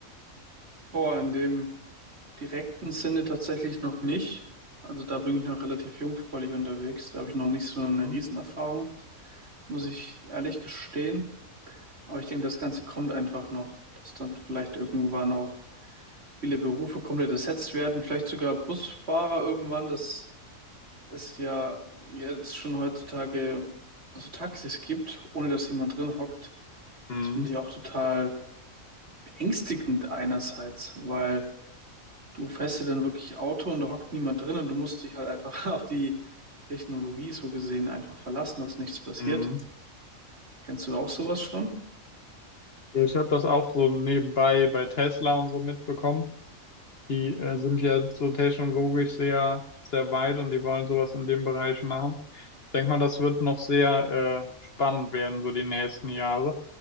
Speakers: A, on the right; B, on the left.
A: Boah, in dem direkten Sinne tatsächlich noch nicht. Also da bin ich noch relativ jungfräulich unterwegs. Da habe ich noch nicht so eine
B: Mhm.
A: Riesenerfahrung, muss ich ehrlich gestehen. Aber ich denke, das Ganze kommt einfach noch, dass dann vielleicht irgendwann auch viele Berufe komplett ersetzt werden, vielleicht sogar Busfahrer irgendwann, dass es ja jetzt schon heutzutage so Taxis gibt, ohne dass jemand drin hockt.
B: Mhm.
A: Das finde ich auch total beängstigend einerseits, weil du fährst ja dann wirklich Auto und da hockt niemand drin und du musst dich halt einfach <laughs> auf die Technologie so gesehen einfach verlassen, dass nichts passiert.
B: Mhm.
A: Kennst du auch sowas schon?
B: Ich habe das auch so nebenbei bei Tesla und so mitbekommen. Die äh, sind ja so technologisch sehr, sehr weit und die wollen sowas in dem Bereich machen. Ich denke mal, das wird noch sehr äh, spannend werden, so die nächsten Jahre.